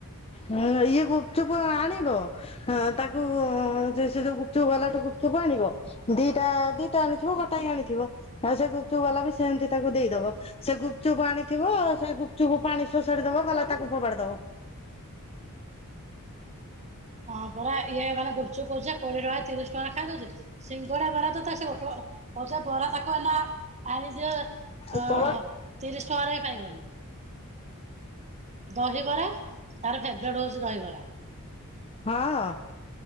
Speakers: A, on the left; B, on the right.
A: ହେଁ ଇଏ ଗୁପ୍ ଚୁପ୍ ଆଣିବ ହଁ ତାକୁ ସେ ଯୋଉ ଗୁପଚୁପ ବାଲାଟୁ ଗୁପଚୁପ ଆଣିବ। ଦିଟା ଦିଟା ଆଣିଥିବ ଗୋଟା ଆଣିଥିବ ଆଉ ସେ ଗୁପ୍ ଚୁପ୍ ବାଲା ବି ସେଏନ୍ତି ତାକୁ ଦେଇଦବ। ସେ ଗୁପଚୁପ୍ ଆଣିଥିବ ସେ ଗୁପଚୁପୁ ପାଣି ଶୋଷାଡି ଦବ ଗଲା ତାକୁ ଫୋପାଡି ଦବ।
B: ହଁ ପରା ଇଏମାନେ ଗୁପ୍ ଚୁପ୍ କହୁଚି କୋଡିଏ ଟଙ୍କା ତିରିଶ ଟଙ୍କା ଖାଇଦଉଚି। ସିଙ୍ଗଡା ବରା ତ ତା ସେଓଟ ଅଜା ବରା ତାକୁ ନା ଆଣି ଦିଅ ଅ
A: ହଁ ହଁ
B: ତିରିଶ୍ ଟଙ୍କାରେ ବି ଖାଇବନି। ଦହିବରା ତାର ଫେବ୍ରେଟ୍ ହୋଉଚି ଦହିବରା।
A: ହଁ।